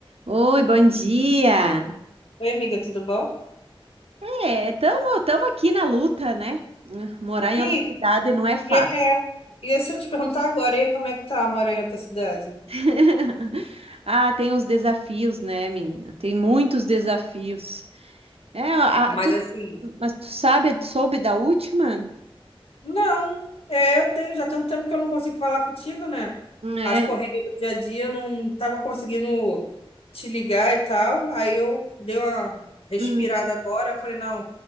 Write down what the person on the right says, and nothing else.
Oi, bom dia.
É, tamo, tamo aqui na luta, né? Morar em
outra
cidade não é fácil.
<laughs> Ah, tem os desafios, né, menina? Tem muitos desafios. É, a-
tu,
mas tu sabe, soube da última?
É.
hum,